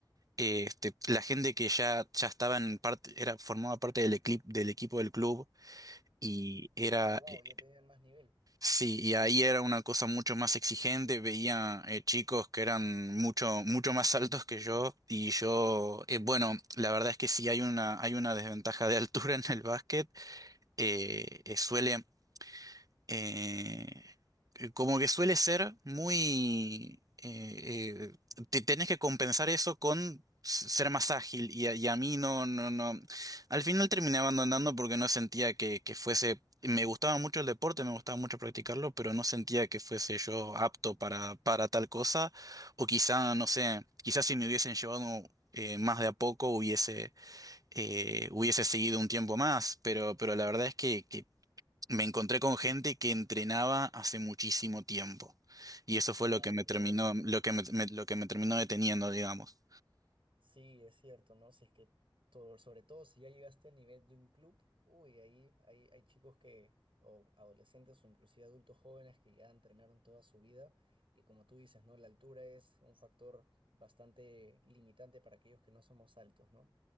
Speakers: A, on the right; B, on the right.
A: eh, este, la gente que ya, ya estaba en parte, era, formaba parte del, equi- del equipo del club y era,
B: Ah, wow,
A: eh,
B: ya tenían más nivel.
A: sí, y ahí era una cosa mucho más exigente, veía eh, chicos que eran mucho, mucho más altos que yo y yo, eh, bueno, la verdad es que sí hay una, hay una desventaja de altura en el básquet, eh, eh, suele eh, eh, como que suele ser muy... eh, eh, te tenés que compensar eso con s- ser más ágil y a, y a mí no, no, no. Al final terminé abandonando porque no sentía que, que fuese... Me gustaba mucho el deporte, me gustaba mucho practicarlo, pero no sentía que fuese yo apto para, para tal cosa. O quizá, no sé, quizás si me hubiesen llevado eh, más de a poco hubiese, eh, hubiese seguido un tiempo más, pero, pero la verdad es que, que me encontré con gente que entrenaba hace muchísimo tiempo. Y eso fue
B: Claro,
A: lo que me
B: es
A: terminó,
B: verdad.
A: lo que me, me- lo que me terminó deteniendo, digamos.
B: Sí, es cierto, ¿no? Si es que, todo, sobre todo si ya llegaste al nivel de un club, uy, ahí hay, hay chicos que, o adolescentes o inclusive adultos jóvenes que ya entrenaron toda su vida y como tú dices, ¿no? La altura es un factor bastante limitante para aquellos que no somos altos, ¿no?